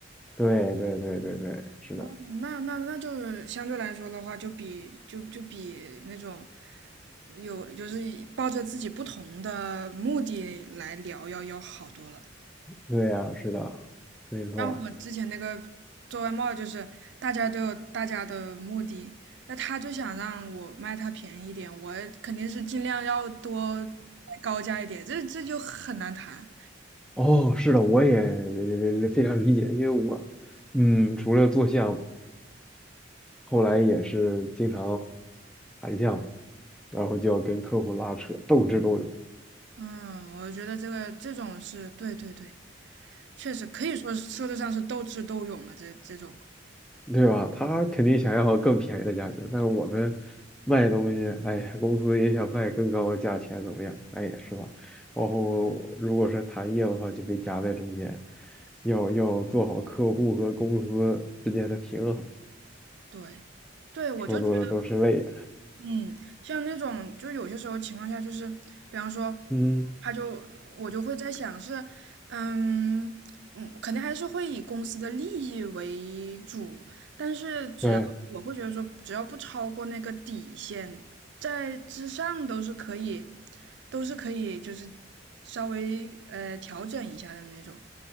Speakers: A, in the centre; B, on the right.
A: 对对对对对，是的。
B: 哦，那那那就是相对来说的话，就比就就比那种有就是抱着自己不同的目的来聊要要好多了。
A: 对呀，是的，没错
B: 像我之前那个做外贸，就是大家都有大家的目的，那他就想让我卖他便宜一点，我肯定是尽量要多卖高价一点，这这就很难谈。
A: 哦，是的，我也非常理解，因为我，嗯，除了做项，目，后来也是经常谈项，然后就要跟客户拉扯，斗智斗勇，
B: 嗯，我觉得这个这种是对对对，确实可以说是说得上是斗智斗勇了，这这种。
A: 对吧？他肯定想要更便宜的价格，但是我们卖东西，哎呀公司也想卖更高的价钱，怎么样？哎呀是吧？然后如果是谈业务的话，就被夹在中间，要要做好客户和公司之间的平衡。
B: 对，对，我就觉得
A: 说多了都是泪。
B: 嗯，像那种，就有些时候情况下，就是比方说，
A: 嗯，
B: 他就我就会在想是，嗯嗯，肯定还是会以公司的利益为主，但是只要我会觉得说，
A: 对，
B: 只要不超过那个底线，在之上都是可以，都是可以，就是稍微呃调整一下的那种。